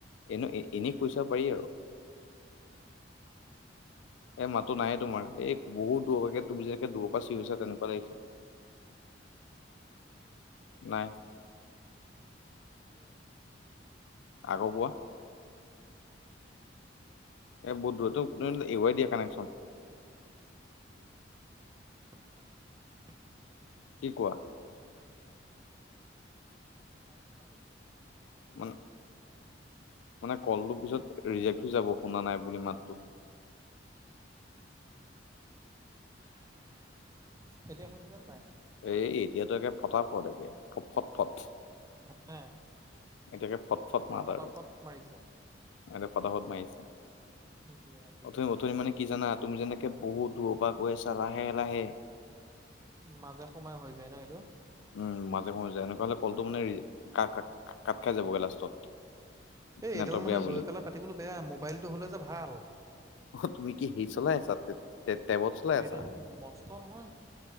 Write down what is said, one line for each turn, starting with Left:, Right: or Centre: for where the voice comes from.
Left: এনে-এনেই কৈ চাব পাৰি আৰু।
Right: নহয়। তুমি জোকাই
Left: এ'
Right: চাব
Left: মাতো
Right: পাৰা
Left: নায়ে তোমাৰ,
Right: কিজানি
Left: এই
Right: যদি
Left: বহু
Right: দি দিয়ে
Left: দুৰপাকে তুমি যেনেকা দুৰৰপা চিয়ৰিছা তেনেকা <unintelligible>
Right: এতিয়া
Left: নাই।
Right: এতিয়া?
Left: আকৌ কোৱা।
Right: এতিয়া? শুনিছা
Left: এ
Right: নে
Left: বহুত
Right: নাই
Left: দূৰতো তুমি এ আই দিয়ে কানেকশ্যন।
Right: মই এনেকে কানেকশ্যন কৰিলে পাতিব নোৱাৰিম নহয়।
Left: কি কোৱা।
Right: অহ, তাতেও পাৰিম বাৰু। নোৱাৰা নহয়
Left: মানে,
Right: ৰখাচোন চাই লওঁ
Left: মানে কলটো পিছত ৰিছেট হৈ যাব, শুনা নাই বুলি মাতটো।
Right: <unintelligible> এতিয়া শুনিছেনে নাই?
Left: এই এতিয়াতো একে ফটা-ফট একে ফ-ফট-ফট।
Right: <unintelligible>
Left: এতিয়া একে ফট-ফট মাত
Right: ফটাফট
Left: আৰু
Right: মাৰিছে
Left: এতিয়া ফটা-ফট মাৰিছে।
Right: দিয়া ঠিকে
Left: অথনি
Right: আছে
Left: অথনি
Right: তেতিয়া।
Left: মানে কি জানা তুমি যেনেকে বহুত দূৰৰ পৰা কৈ আছা লাহে-লাহে।
Right: মাজে সময়ে হৈ যায় ন এইটো
Left: উম মাজে মে এনেকুৱা হলে কলটো মানে কা কাট খাই যাবগে লাষ্টত
Right: এই
Left: নেটৱৰ্ক
Right: এইডাল মানে
Left: বেয়া বুলি
Right: লৈ পেলাই পাতিবলে বেয়া মোবাইলটো হ'লে যে ভাল
Left: অ তুমি কি সেই চলাই আছা তে তে তেবত চলাই
Right: এইডাল
Left: আছা
Right: মস্ত নহয়